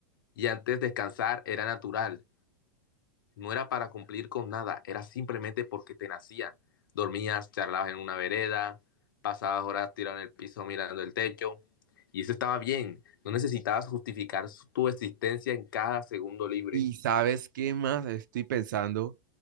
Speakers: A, on the left (about 80°); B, on the right (about 65°).
A: Y antes descansar era natural, no era para cumplir con nada, era simplemente porque te nacía. Dormías, charlabas en una vereda, pasabas horas tirado en el piso mirando el techo, y eso estaba bien, no necesitabas justificar su- tu existencia en cada segundo libre.
B: Y sabes qué más estoy pensando